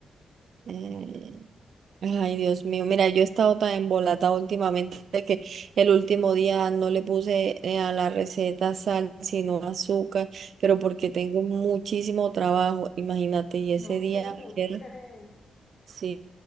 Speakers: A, on the right; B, on the left.
A: Mm. Ay, Dios mío, mira, yo he estado tan embolatada últimamente que el último día no le puse eh, a la receta sal, sino azúcar, pero porque tengo muchísimo trabajo, imagínate, y
B: No
A: ese día
B: te
A: me
B: lo
A: queda,
B: creo.
A: sí,